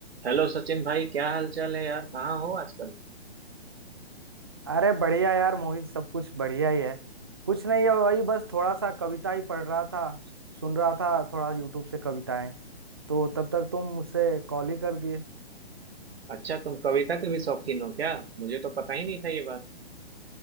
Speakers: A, on the right; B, on the right.
A: Hello Sachin भाई क्या हाल चाल है यार कहाँ हो आजकल
B: अरे बढ़िया यार मोहित सब कुछ बढ़िया ही है कुछ नहीं है वही बस थोड़ा सा कविता ही पढ़ रहा था सु- सुन रहा था थोड़ा यूट्यूब से कविताएं तो तब तक तुम मुझसे कॉल ही कर दिए
A: अच्छा तुम कविता के भी शौकीन हो क्या मुझे तो पता ही नहीं था ये बात